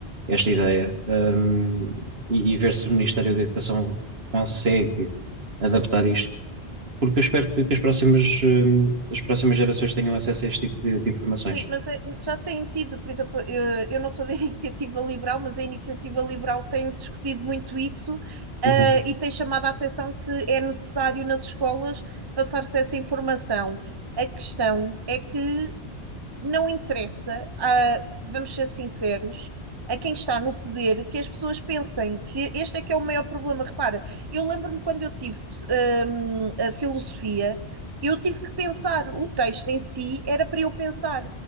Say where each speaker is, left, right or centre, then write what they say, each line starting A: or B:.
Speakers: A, on the right; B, on the right.
A: esta ideia, um, e, e ver se o Ministério da Educação consegue adaptar isto porque eu espero que, que as próximas, hum, as próximas gerações tenham acesso a este tipo de, de informações.
B: Luís, mas eh, já têm tido, por exemplo, eu, eu não sou da <laughs> iniciativa liberal, mas a iniciativa liberal tem discutido muito isso, eh,
A: Uhum,
B: e tem chamado a atenção que é necessário nas escolas passar-se essa informação. A questão é que não interessa, ah, vamos ser sinceros, a quem está no poder que as pessoas pensem que este é que é o maior problema. Repara, eu lembro-me quando eu tive hum, a filosofia, eu tive que pensar, o texto em si era para eu pensar.